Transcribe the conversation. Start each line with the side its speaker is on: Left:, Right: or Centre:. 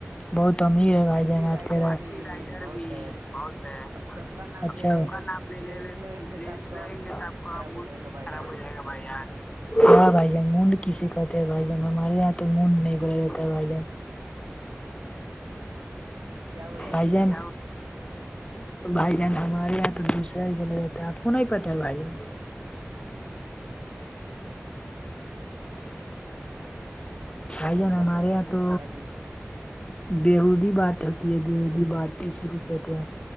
Left: بہت امیر ہے
Right: اپاچی
Left: بھائی جان
Right: رائڈر
Left: آپ کے ر
Right: بھی
Left: رائڈر
Right: بہت
Left: بھی
Right: ہے
Left: ب
Right: اب سب کا نام
Left: اچ
Right: لے لے
Left: کا نام لے
Right: لینے
Left: لے لیں
Right: لگیں گے
Left: ل
Right: تو آپ کا
Left: لگیں
Right: من
Left: گے تو آپ کا
Right: خراب
Left: مون
Right: ہو جائے گا بھائی
Left: خراب
Right: جان
Left: ہو جائے گا <unintelligible> ہاں بھائی جان مونڈ کسی کہتے ہیں بھائی جان ہمارے یہاں تو موننڈ نہیں بولا جاتا ہے بھائی جان
Right: کیا بولا
Left: بھائی
Right: جاتا
Left: جان
Right: ہے
Left: بھائی جان ہمارے یہاں تو دوسرے ہی بولے آپ کو نہیں پتہ ہے بھائی جان
Right: <unintelligible>
Left: آئی
Right: نہیں
Left: ج نا
Right: پتا
Left: ہمارے
Right: ہے بھائی
Left: یہاں
Right: جان
Left: تو
Right: بتا دیجیے
Left: بیہودی بات ہوتی ہے بیہودی بات اسی کو کہتے ہیں